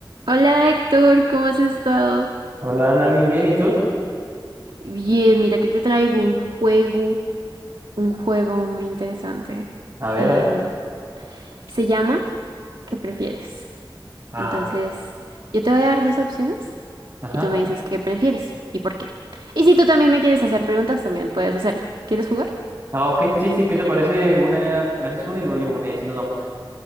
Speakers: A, on the right (about 75°); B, on the right (about 45°).
A: Hola Héctor, ¿cómo has estado?
B: Hola Ana, bien, bien, ¿y tú?
A: Bien, mira que te traigo un juego, un juego muy interesante.
B: A ver,
A: Em,
B: a ver.
A: se llama ¿Qué prefieres?
B: Ah,
A: Entonces,
B: ok.
A: yo te voy a dar dos opciones
B: Ajá.
A: y tú me dices qué prefieres y por qué. Y si tú también me quieres hacer preguntas, también puedes hacerlo. ¿Quieres jugar?
B: Ah, ok, sí, sí, ¿qué te parece? Una, me haces una y luego yo una y así nos vamos.